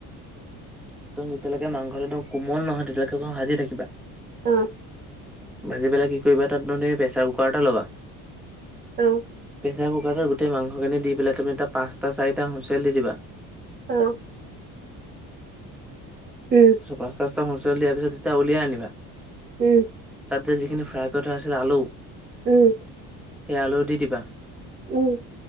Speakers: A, in the centre; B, on the right.
A: একদম যেতিয়ালৈকে মাংসটো একদম কোমল নহয় তেতিয়ালৈকে ভাজি থাকিবা।
B: অহ'।
A: ভাজি পেলাই কি কৰিবা তাত মানে প্ৰেছাৰ কুকাৰ এটা ল'বা।
B: অ'।
A: প্ৰেছাৰ কুকাৰটোৰ গোটেই মাংসখিনি দি পেলাই তুমি তাত পাঁচটা চাৰিটা হুঁচিয়েল দি দিবা।
B: অঁহ। উম।
A: পাঁচ ছটা দিয়া পিছত যেতিয়া উলিয়াই আনিবা।
B: উম।
A: তাত যে ফ্ৰাই কৰি থোৱা আছিল আলু।
B: উম।
A: সেয়া আলু দি দিবা।
B: উম।